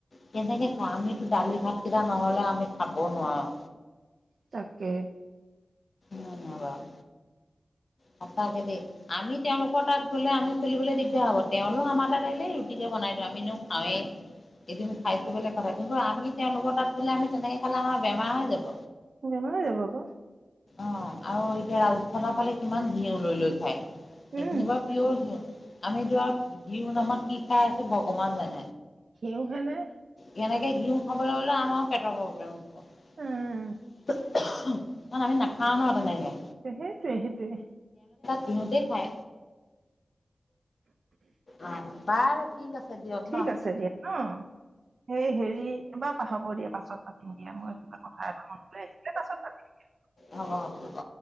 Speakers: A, on the left; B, on the right.
A: কেনেকে খাঁও আমিতো দালি ভাতকেইটা নহলে আমি খাব নোৱাৰো।
B: তাকে।
A: ধন্যবাদ। সঁচাকে দেই আমি তেওঁলোকৰ তাত গ'লে আমি চলিবলৈ দিগদাৰ হব তেওঁলো আমাৰ তাত আহিল। বনাই দিওঁ আমি নো খাওঁই এদিন খাই থো বলে কথা। কিন্তু আমি তেওঁলোকৰ তাত গোলে আমি তেনেকে খালে আমাৰ বেমাৰ হৈ যাব।
B: বেমাৰ হৈ যাব আকৌ
A: অঁ আৰু এতিয়া ৰাজস্থানৰ ফালে। কিমান ঘিউ লৈ লৈ খায়।
B: উম,
A: সেইখিনি বাৰ পিয়ৰ ঘিও। আমি ধোৰা বিহ নামত কি খাই আছে ভগৱান জানো।
B: ঘিউহে নে।
A: যেনেকে ঘিউ খাবলৈ হ'লে আমাৰো পেটৰ প্ৰব্লেম হ'ব।
B: উম,
A: <unintelligible> নান আমি না খা ন নাইে।
B: সহেজ। সেইটোৱে সেইটোৱে।
A: সিহঁতে খাই। অঁহ। বাৰ ঠিক আছে। দিয়ক
B: ঠিক
A: ন
B: আছে দিয়া ন, সেই হেৰি বা। বৰ পাছত। ম দিয়া মই কিবা কথা এটা মনেই। তাৰপিছত
A: হব হব ব।